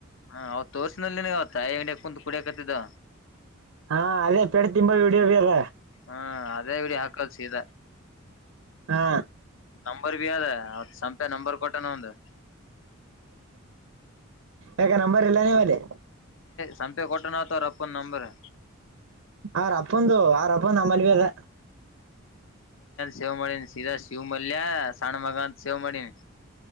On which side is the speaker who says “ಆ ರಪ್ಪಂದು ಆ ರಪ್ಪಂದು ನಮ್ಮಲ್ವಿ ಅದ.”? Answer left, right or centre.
Right